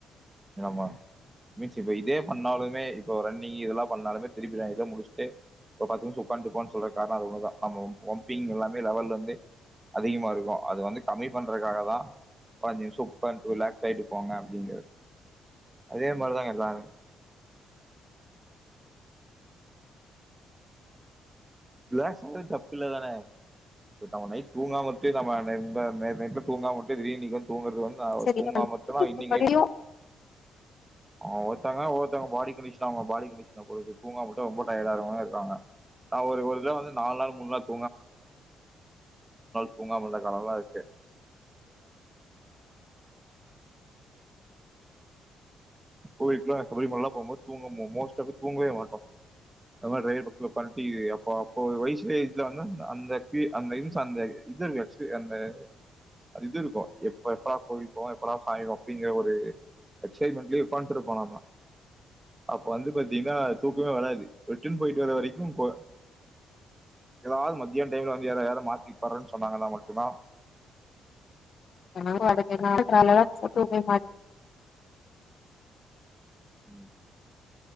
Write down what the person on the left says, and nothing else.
சரியா
படியு
<unintelligible>